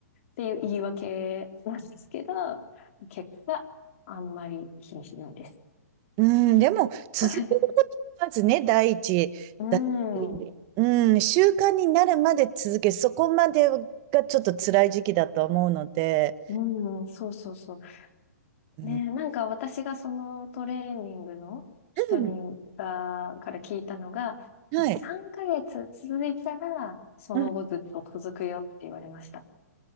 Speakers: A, on the left (about 50°); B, on the right (about 35°).
A: ていう言い訳なんですけど、結果、あんまり気にしないです。
B: うん。でも、続けることがまずね、
A: <laughs> はい
B: 第一だし。
A: うん。
B: うん。習慣になるまで続け、そこまでがちょっと辛い時期だと思うので。
A: うん、そうそうそう。
B: うん。
A: ね、なんか私がそのトレーニングの人にが、
B: うん
A: から聞いたのが、
B: はい。
A: 3ヶ月続いたら、その後ずっと続くよって言われました。
B: うん。